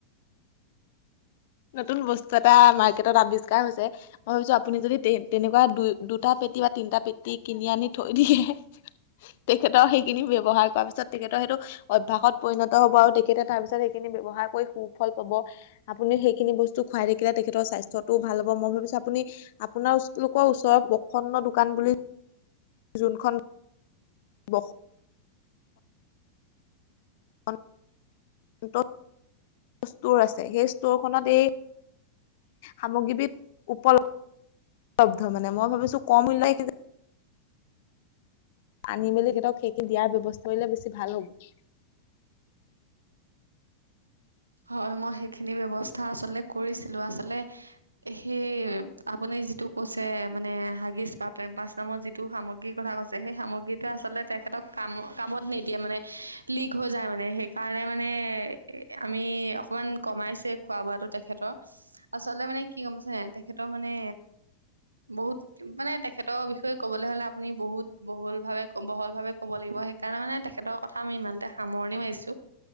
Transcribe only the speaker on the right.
হয়, মই সেইখিনি ব্যৱস্থা আচলতে কৰিছিলো। আচলতে সেই আপুনি যিটো কৈছে মানে হাগিছ বা পেম্পাচ নামত যিটো সামগ্ৰীৰ কথা কৈছে সেই সামগ্ৰীটোৱে আচলতে তেখেতক কাম কামত নিদিয়ে মানে লিক হৈ যায় মানে সেইকাৰণে মানে আমি অকমান কমাইছে খোৱা বোৱাটো তেখেতক। আচলতে মানে কি গম পাইছে নে নাই তেখেতৰ মানে বহুত মানে তেখেতৰ বিষয়ে ক'বলৈ হলে আপুনি বহুত বহুল ভাৱে বহল ভাৱে ক'ব লাগিব। সেইকাৰণে মানে, তেখেতৰ কথা আমি ইমানতে সামৰণি মাৰিছোঁ